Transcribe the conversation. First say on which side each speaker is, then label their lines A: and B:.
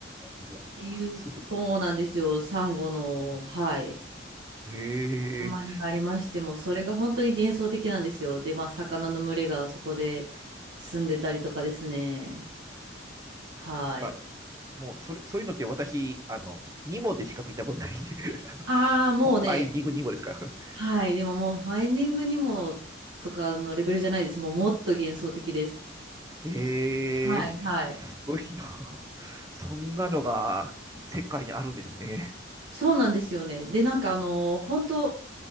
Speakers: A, on the right; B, on the right.
A: おーすご
B: っていう、そうなんですよ、サンゴの、はい、
A: い。へえ。
B: 塊がありましても、それが本当に幻想的なんですよ。で、まあ魚の群れがそこで住んでたりとかですね。はい。
A: だから、もう、それ、そういうのって私、あの、ニモでしか見たことないんで、<laughs> あの、
B: ああ、もうね、
A: ファインディングニモですから。<laughs>
B: はい。でももう、ファインディングにもとかのレベルじゃないです。もう、もっと幻想的です。
A: ええー、
B: はい、はい。
A: すごいな。<laughs> そんなのが世界にあるんですね。
B: そうなんですよね。で、なんかあの、本当